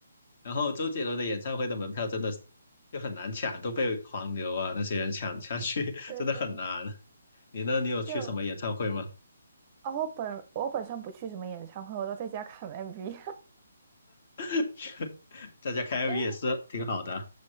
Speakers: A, on the left; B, on the right.
A: 然后周杰伦的演唱会的门票真的是就很难抢，都被黄牛啊那些人抢抢去，<laughs>
B: 对对，
A: 真的很难。你呢？你有去什么演唱会吗？
B: 就哦，我本我本身不去什么演唱会，我都在家看 MV，
A: <laughs> 在家开
B: <laughs>
A: MV
B: 因为
A: 也是挺好的啊，